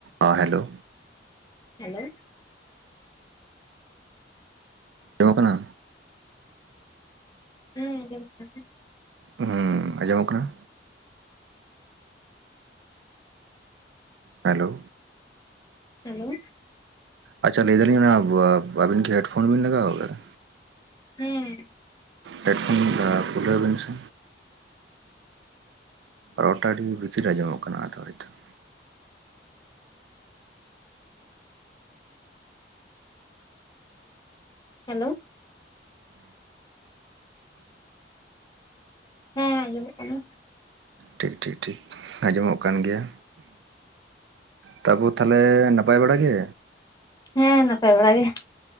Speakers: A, on the right; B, on the left.
A: ᱚ hello
B: hello
A: ᱟᱸᱡᱚᱢᱚᱜ ᱠᱟᱱᱟ?
B: ᱦᱮᱸ ᱟᱸᱡᱚᱢᱚᱜ ᱠᱟᱱᱟ
A: ᱦᱮᱸ ᱟᱸᱡᱚᱢᱚᱜ ᱠᱟᱱᱟ ᱦᱮᱞᱳ
B: ᱦᱮᱞᱳ
A: ᱟᱪᱪᱷᱟ ᱞᱟᱹᱭ ᱫᱟᱞᱤᱧ ᱟᱵᱤᱱ ᱠᱤ ᱦᱮᱴᱯᱷᱳᱱ ᱵᱤᱱ ᱞᱟᱜᱟᱣ ᱠᱟᱫᱟ
B: ᱦᱮᱸ
A: ᱦᱮᱰᱯᱷᱳᱱ ᱠᱷᱩᱞᱟᱹᱣ ᱵᱤᱱ ᱥᱮ ᱨᱚᱲ ᱴᱟᱜ ᱟᱹᱰᱤ ᱵᱷᱤᱛᱤᱨ ᱟᱸᱡᱚᱢ ᱚᱜ ᱠᱟᱱᱟ ᱟᱫᱚ ᱦᱚᱭᱛᱚ
B: ᱦᱮᱞᱳ ᱦᱮᱸ ᱟᱸᱡᱚᱢᱚᱜ ᱠᱟᱱᱟ
A: ᱴᱷᱤᱠ ᱴᱷᱤᱠ ᱴᱷᱤᱠ ᱟᱸᱡᱚᱢᱚᱜ ᱠᱟᱱ ᱜᱮᱭᱟ ᱛᱟᱵᱩ ᱛᱟᱦᱚᱞᱮ ᱱᱟᱯᱟᱭ ᱵᱟᱲᱟ ᱜᱮ
B: ᱦᱮᱸ ᱱᱟᱯᱟᱭ ᱵᱟᱲᱟ ᱜᱮ